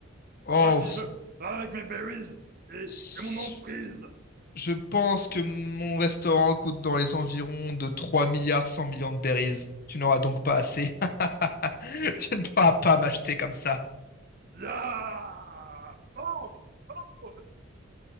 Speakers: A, on the left (about 45°); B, on the right (about 45°).
A: Oh,
B: Là, si je le. Là, avec mes berries et,
A: s-
B: et mon emprise.
A: Je pense que mon restaurant coûte dans les environs de 3 milliards 100 millions de berries. Tu n'auras donc pas assez. <laughs> Tu ne pourras pas m'acheter comme ça.
B: Ya! Oh! Oh!